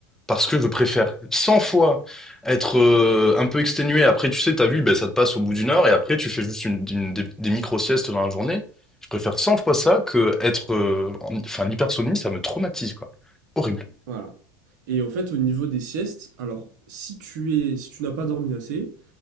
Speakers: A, in the centre; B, on the right (about 70°).
A: Parce que je préfère 100 fois être euh, un peu exténué. Après, tu sais, t'as vu, ben, ça te passe au bout d'une heure, et après, tu fais juste une, une- des, des micro-siestes dans la journée. Je préfère 100 fois ça que être... euh, en- Enfin, l'hypersomnie, ça me traumatise, quoi. Horrible.
B: voilà. Et en fait, au niveau des siestes, alors si tu es, si tu n'as pas dormi assez,